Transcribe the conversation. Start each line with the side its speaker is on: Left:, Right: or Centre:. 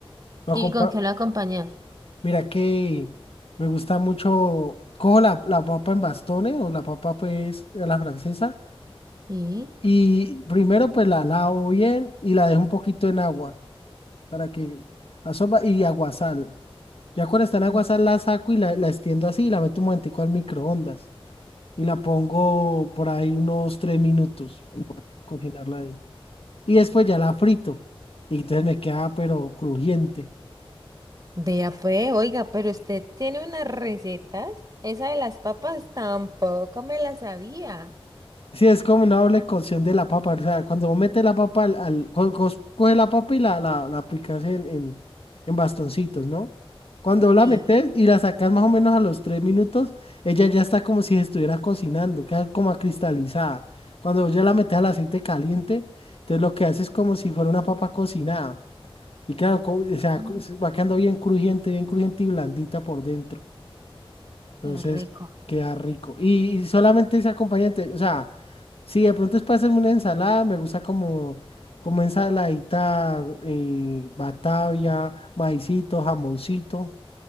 Left: lo
Right: ¿Y
Left: acompa-
Right: con qué lo acompañas?
Left: Mira que me gusta mucho, cojo la, la papa en bastones o la papa pues a la francesa
Right: Sí.
Left: Y primero pues la lavo bien y la dejo un poquito en agua para que asoma y aguasal. Ya cuando está en aguasal
Right: Mm.
Left: la saco y la, la extiendo así y la meto un momentico al microondas y la pongo por ahí unos tres minutos en cocinarla ahí. Y después ya la frito y entonces me queda pero crujiente.
Right: Vea pues, oiga, pero usted tiene unas recetas. Esa de las papas tampoco me la sabía.
Left: Sí, es como una doble cocción de la papa. O sea, cuando vos metes la papa al, al- co- co- coge la papa y la, la, la picas en, en, en bastoncitos, ¿no? Cuando la
Right: Sí.
Left: metes y la sacas más o menos a los tres minutos, ella ya está como si estuviera cocinando, queda como acristalizada. Cuando vos ya la metes al aceite caliente, entonces lo que hace es como si fuera una papa cocinada. Y claro, co- o sea,
Right: Mm,
Left: co- se va quedando bien crujiente, bien crujiente y blandita por dentro. Entonces,
Right: Qué rico.
Left: queda rico. Y, y solamente ese acompañante, o sea, si de pronto es para hacerme una ensalada, me gusta como, como ensaladita, eh, batavia, maicito, jamoncito,